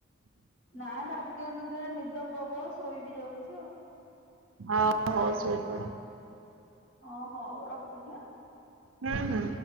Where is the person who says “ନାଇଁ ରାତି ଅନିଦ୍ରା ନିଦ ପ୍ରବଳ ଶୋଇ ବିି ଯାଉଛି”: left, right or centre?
Left